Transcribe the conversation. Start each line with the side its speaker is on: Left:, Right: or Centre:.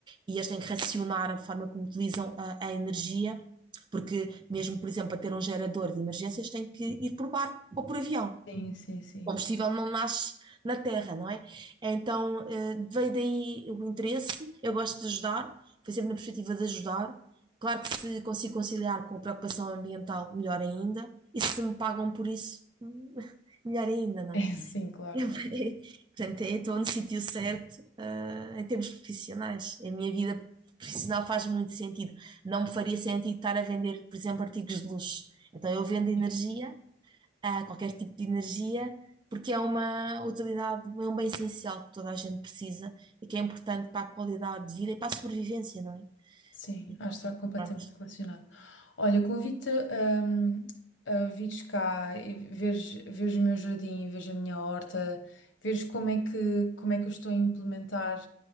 Right: E eles têm que racionar a forma como utilizam a, a energia, porque mesmo, por exemplo, para ter um gerador de emergências, têm que ir por barco ou por avião.
Left: sim, sim. sim.
Right: O combustível não nasce na terra, não é? Então, eh, veio daí o interesse. Eu gosto de ajudar, foi sempre na perspectiva de ajudar. Claro que se consigo conciliar com a preocupação ambiental, melhor ainda. E se me pagam por isso, hum, <laughs> melhor ainda,
Left: <laughs>
Right: não
Left: É,
Right: é?
Left: sim, claro.
Right: Eu- <laughs> portanto, eu estou no sítio certo, eh, em termos profissionais. A minha vida profissional faz muito sentido. Não me faria sentido estar a vender, por exemplo, artigos de luxo. Então, eu vendo energia
Left: É,
Right: a qualquer tipo de energia, porque é uma utilidade, é um bem essencial que toda a gente precisa e que é importante para a qualidade de vida e para a sobrevivência, não é?
Left: Sim,
Right: Então,
Left: acho que está completamente
Right: pronto,
Left: relacionado. Olha, convido-te hum, a vires cá e veres, veres o meu jardim, veres a minha horta, veres como é que, como é que eu estou a implementar,